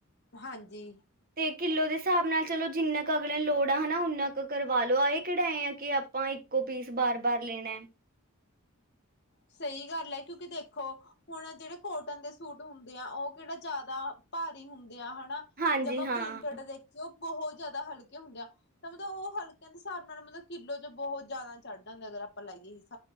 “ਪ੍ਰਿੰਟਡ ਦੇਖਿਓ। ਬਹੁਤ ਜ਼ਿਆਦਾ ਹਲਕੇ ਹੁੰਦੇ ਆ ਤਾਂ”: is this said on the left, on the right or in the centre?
Left